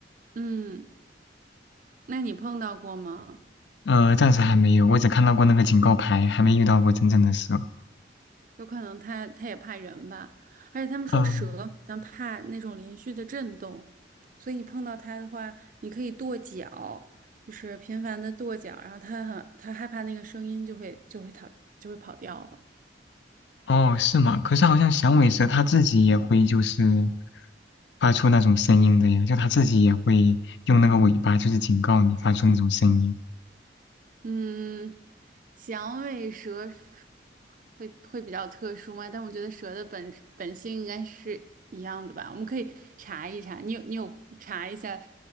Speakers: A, on the right; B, on the left.
A: 嗯，那你碰到过吗？
B: 呃，暂时还没有，我只看到过那个警告牌，还没遇到过真正的蛇。
A: 有可能它它也怕人吧，而且他们说蛇好像怕那种连续的震动，
B: 嗯，
A: 所以你碰到它的话，你可以跺脚，就是频繁的跺脚，然后它很它害怕那个声音就会就会逃就会跑掉了。
B: 哦，是吗？可是好像响尾蛇它自己也会就是发出那种声音的呀，就它自己也会用那个尾巴就是警告你发出那种声音。
A: 嗯，响尾蛇会会比较特殊吗？但我觉得蛇的本本性应该是一样的吧。我们可以查一查，你有你有查一下，